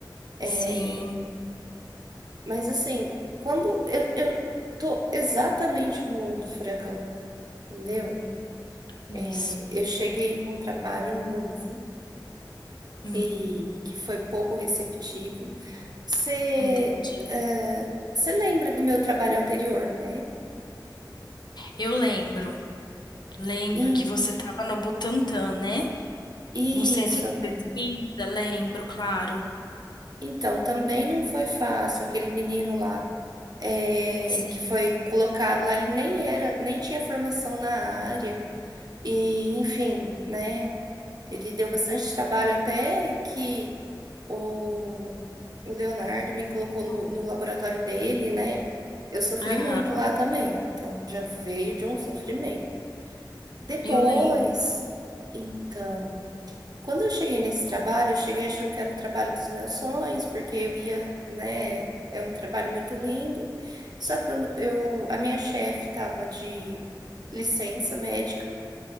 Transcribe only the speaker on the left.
Sim,
isso.
Hum,
entendi.
Eu lembro, lembro
que você estava no Butantã, né?
No centro de
pesquisa, lembro, claro.
Sim.
Hum.
Aham,
eu lembro.